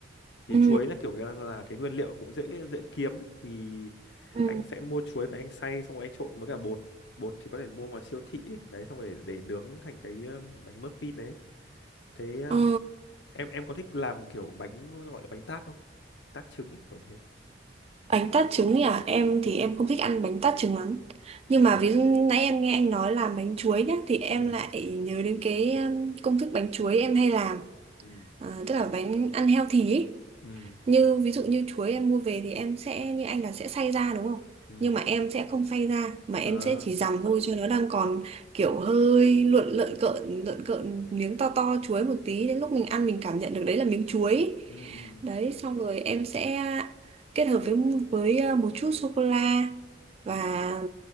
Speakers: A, on the left (about 70°); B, on the right (about 35°).
A: thì
B: ừ
A: chuối là kiểu cái- là cái nguyên liệu cũng dễ dễ kiếm ấy. thì
B: Ừ.
A: anh sẽ mua chuối và anh xay xong rồi anh trộn với cả bột bột thì có thể mua ngoài siêu thị ấy. đấy xong rồi để, để nướng thành cái ờ, bánh muffin đấy thế ờ,
B: Ờ,
A: em em có thích làm kiểu bánh gọi là bánh tác không tác trứng ấy kiểu thế
B: bánh tart trứng ấy à em
A: ừ
B: thì em không thích ăn bánh tart trứng lắm nhưng
A: thế à
B: mà ví dụ nãy em nghe anh nói làm bánh chuối nhá thì em
A: ừ
B: lại nhớ đến cái um, công thức bánh chuối em hay làm
A: ừ
B: Ờ, tức là bánh ăn healthy ấy
A: ừ
B: như ví dụ như chuối em mua về thì em sẽ như anh là sẽ xay ra đúng không
A: ừ
B: nhưng mà em sẽ không xay ra mà em
A: ờ
B: sẽ chỉ dằm thôi cho nó đang còn kiểu hơi lợn lợn cợn lợn cợn miếng to to chuối một tí đến lúc mình ăn mình cảm nhận được đấy là miếng chuối
A: ừ ừ
B: đấy xong rồi em sẽ kết hợp với với ờ, một chút sô cô la và
A: ừ